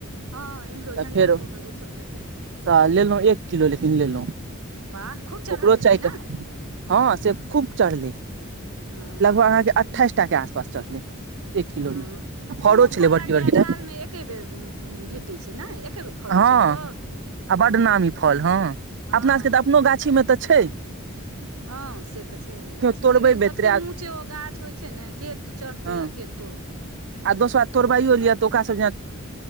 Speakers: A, on the right (about 75°); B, on the right (about 55°).
A: हँ इम्हरो झंझारोपुर
B: तऽ फेर
A: मे दू सौ रुपए किलो
B: तऽ लेलहुँ
A: हँ
B: एक किलो लेकिन लेलहुँ
A: वाह खूब चढ़ल
B: ओकरो
A: हेतैय
B: चारि
A: नै
B: टा हँ से खूब चढ़लै
A: हँ
B: लगभग अहाँके अट्ठाइस टाके आसपास चढ़लै एक किलो
A: हँ
B: मे फड़ो
A: ओहो
B: छलै
A: फल
B: बड़की
A: लगैए
B: बड़की टा
A: सालमे एके बेर भेटैत छै नै एक बेर फरै
B: हँ
A: छै ओहो
B: आ बड्ड
A: ओ
B: नामी फल हँ
A: हँ
B: अपना सभके तऽ अपनो गाछीमे तऽ छै
A: हँ से तऽ छै ओइ गाछिमे
B: तोड़बै
A: लेकिन
B: बेतरा
A: ततेक ऊँचे ओ गाछ होइ छै ने के चढ़तै
B: हँ
A: आ के तोड़तै हँ
B: आ दोसरा तोरबाइयो लिए तऽ ओकरा सभ